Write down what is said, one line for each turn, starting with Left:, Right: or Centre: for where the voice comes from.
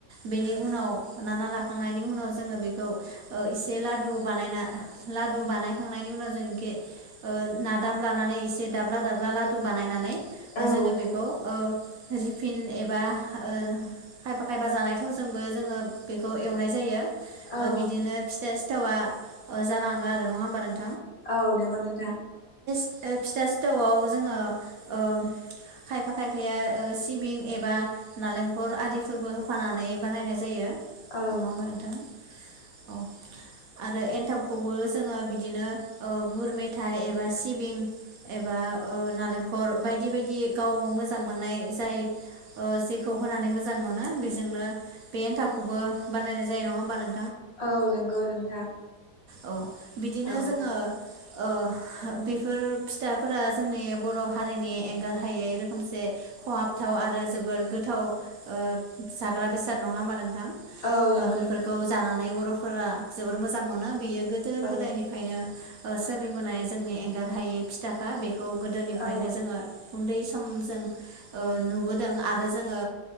Right: बेनि उनाव नाना लाखांनायनि उनाव जोङो बेखौ ओ एसे लादु बानायना लादु बानायखांनायनि उनाव जों इखे ओ नादाम लानानै एसे दाब्ला दाब्ला लादु बानायनानै ओ
Left: औ
Right: जोङो बेखौ ओ रिफिन एबा ओ खायफा खायफा जानाय थावजोंबो जोङो बेखौ एवनाय जायो। ओ
Left: औ
Right: बिदिनो फिथास सिथावा ओ जालाङो आरो नङा होमबा नों
Left: औ नोंगौ नोंथां।
Right: ओ फिथा सिथावआव जोङो ओ खायफा खायफाया ओ सिबिं एबा नालें खर आरिफोरबो होफानानै बानायनाय जायो। नङा
Left: औ
Right: होमबा नोंथां? औ। आरो एन्थाबखौबो जोङो बिदिनो ओ गुर मेथाइ एबा सिबिं एबा ओ नालेंखर बायदि बायदि गाव मोजां मोननाय जाय ओ जेखौ होनानै मोजां मोनो बेजोंनो बे एनथाबखौबो बानायनाय जायो। नङा होमबा नों
Left: औ नोंगौ नोंथां।
Right: औ। बिदिनो
Left: औ
Right: जोङो ओ हो बेफोर फिथाफोरा जोंनि बर' हारिनि एंगारहायै रोखोमसे खहाबथाव आरो जोबोर गोद थाव ओ जाग्रा बेसाद। नङा होमबा नों थां?
Left: औ नंगौ
Right: ओ बेफोरखौ
Left: नोंथां
Right: जानानै बर' फोरा जोबोर मोजां मोनो बियो गोदो
Left: औ
Right: गोदायनिफायनो ओ सोलिबोनाय जोंनि एंगार हायि फिथाखा बे खौ गोदोनिफ्रायनो
Left: औ
Right: जोंङो उन्दै सम जों नुबोदों आरो आरो जोङो